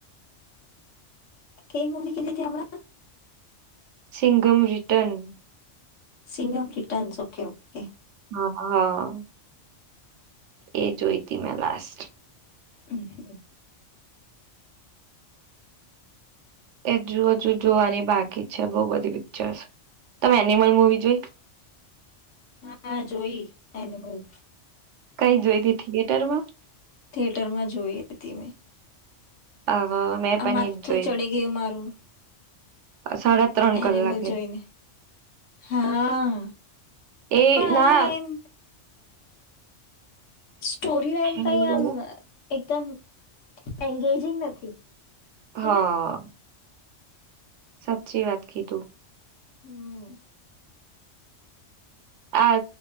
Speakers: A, on the left; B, on the right.
A: કઈ મુવી કીધ હતી આપણા?
B: Singham return.
A: Singham returns okay okay.
B: હા હા. એ જૈતીમ લાસ્ટ.
A: હમ હ.
B: હજુ હજુ જોવાની બાકી છે બહુ બધી પિક્ચર્સ. તમે એનિમલ મુવી જોઈ?
A: હા જોઈ એનિમલ.
B: કઈ જોઈ હતી થિયેટરમાં?
A: થિયેટરમાં જોઈ હતી મેં.
B: અ મેં
A: આ
B: પણ
A: માથું
B: એજ જોઈ
A: ચડી ગયું મારું.
B: સાડા ત્રણ
A: એનિમલ
B: કલાકની
A: જોઈને, હા
B: એ
A: પણ
B: ના
A: એમાં એમ સ્ટોરી લઇન
B: બોલો
A: કઈ
B: બોલો
A: આમ એકદમ એંગેજિંગ નથી.
B: હા.
A: હેને
B: સાચી વાત કીધું.
A: હમ.
B: આ